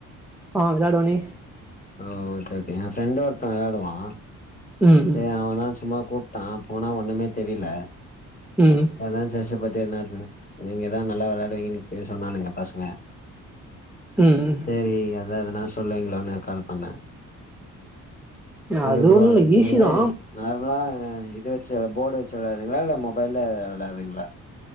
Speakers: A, in the centre; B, on the left.
A: ஆ வெளாடுவனே
B: ஆ ஓகே ஓகே எ ஃப்ரெண்ட் ஒருத்த வெளாடுவா
A: ம் ம்
B: செரி அவனாச்சு சும்மா கூப்பிட்டா போனா ஒன்னுமே தெரில
A: ம்
B: அத்தா செஸ்ச பத்தி என்னானு நீங்கதா நல்லா விளையாடுவீங்கன்னு சொன்னானுங்க பசங்க
A: ம் ம்
B: செரி அதா எதனா சொல்லுவீங்களோனு கால் பண்ண எப்டி
A: அது
B: ப்ரோ
A: ஒண்ணு இல்ல
B: நீங்க
A: ஈஸிதா
B: என்ன நார்மலா இது வெச்சு போட்டு வெச்ச வெளாடுவிங்களா இல்ல மொபைல்ல விளையாட்றீங்ளா